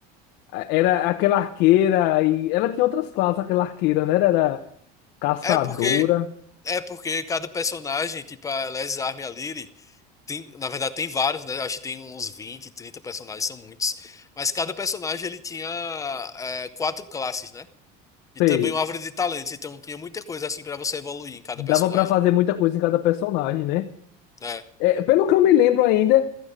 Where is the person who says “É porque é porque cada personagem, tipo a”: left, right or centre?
Left